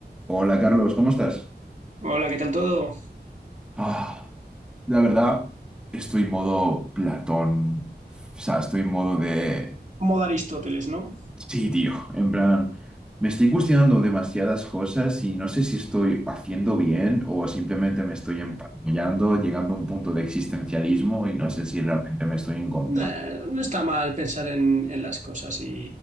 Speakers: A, in the centre; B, on the right (about 45°).
A: Hola Carlos, ¿cómo estás?
B: Hola, ¿qué tal todo?
A: Ah, la verdad, estoy en modo Platón. O sea, estoy en modo de...
B: Modo Aristóteles, ¿no?
A: Sí, tío. En plan, me estoy cuestionando demasiadas cosas y no sé si estoy haciendo bien o simplemente me estoy emparanoiando, llegando a un punto de existencialismo y no sé si realmente me estoy encontrando.
B: Eh, no está mal pensar en, en las cosas y,